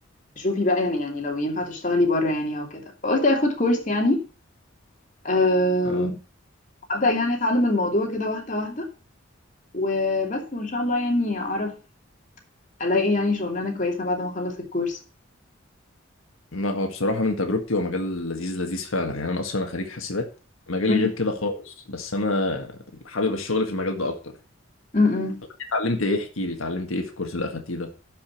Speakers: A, on the left; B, on the left.
A: تشوفي بقى يعني يعني لو ينفع تشتغلي بره يعني او كده فقلت اخد كورس يعني آم،
B: اه
A: ابدا يعني اتعلم الموضوع كده واحده واحده وبس وان شاء الله يعني اعرف الاقي يعني شغلانه كويسه بعد ما اخلص الكورس
B: ما هو بصراحة من تجربتي هو مجال لذيذ لذيذ فعلا يعني أنا أصلا أنا خريج حاسبات مجالي
A: م-
B: غير كده خالص بس أنا حابب الشغل في المجال ده أكتر
A: م- م.
B: اتعلمت إيه احكي لي اتعلمت إيه في الكورس اللي أخدتيه ده